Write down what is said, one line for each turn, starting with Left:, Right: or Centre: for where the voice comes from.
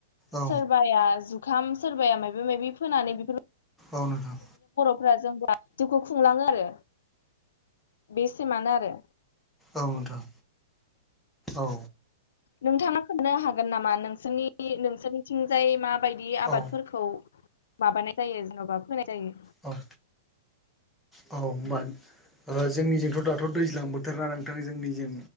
Centre: औ
Left: सोरबाया जुखाम सोरबाया माबि माबि फोनानै बेफोर
Centre: औ नोंथां।
Left: फ्रा <inaudible> जिउखौ खुंलाङो आरो बेसिमानो आरो।
Centre: औ नोंथां औ।
Left: नोंथाङा खोन हागोन नामा नोंसोरनि नोंसोरनिथिंजाय मा बायदि आबादफोरखौ
Centre: औ
Left: माबानाय जायो जेन'बा फोनाय जायो।
Centre: अ औ होमबा। ओ जोंनिजोंथ' दाथ' दैज्लां बोथोर ना नोंथां जोंनिजों